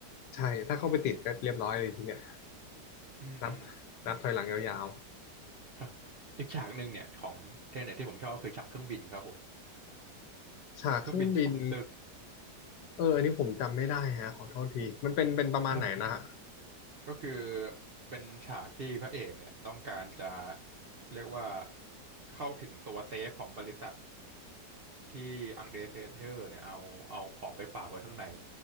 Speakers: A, on the left (about 80°); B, on the right (about 55°).
A: ใช่ถ้าเข้าไปติดก็เรียบร้อยเลยทีเนี้ย
B: อืมอืม
A: นับนับถอยหลังยาว
B: <laughs> อีกฉากหนึ่งเนี่ยของเทเน็ตที่ผมชอบก็คือฉากเครื่องบินครับผม
A: ฉากเครื่องบิน
B: เครื่องบินชนตึก
A: เอออันนี้ผมจำไม่ได้ฮะขอโทษทีมันเป็นเป็นประมาณไหนนะฮะ
B: อ่าก็คือเป็นฉากที่พระเอกเนี่ยต้องการจะเรียกว่าเข้าถึงตัวเซฟของบริษัท ที่อังเดรเซเทอร์เนี่ยเอาเอาของไปฝากไว้ข้างใน